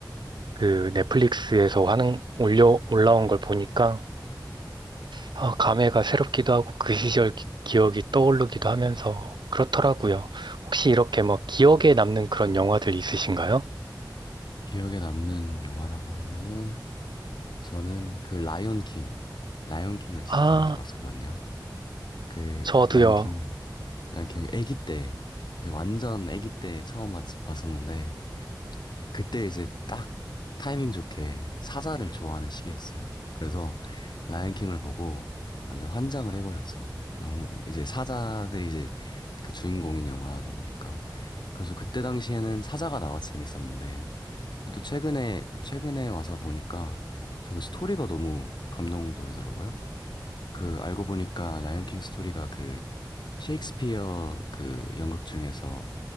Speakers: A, on the right; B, on the left.
A: 그 넷플릭스에서 하는, 올려, 올라온 걸 보니까, 아, 감회가 새롭기도 하고 그 시절 기, 기억이 떠오르기도 하면서 그렇더라고요. 혹시 이렇게 뭐 기억에 남는 그런 영화들 있으신가요?
B: 기억에 남는 영화라고 하면은 저는 그 라이온 킹, 라이온 킹을 진짜
A: 아,
B: 재밌게 봤었거든요. 그
A: 저도요.
B: 라이온 킹을 라이온 킹을 아기 때 이제 완전 아기 때 처음 봤- 봤었는데 그때 이제 딱 타이밍 좋게 사자를 좋아하는 시기였어요. 그래서 라이언킹을 보고 완전 환장을 해버렸죠. 너무 이제 사자들이 이제 그 주인공인 영화다 보니까. 그래서 그때 당시에는 사자가 나와 서 재밌었는데 또 최근에 최근에 와서 보니까 정말 스토리가 너무 감동적이더라고요. 그 알고 보니까 라이언킹 스토리가 그 셰익스피어 그 연극 중에서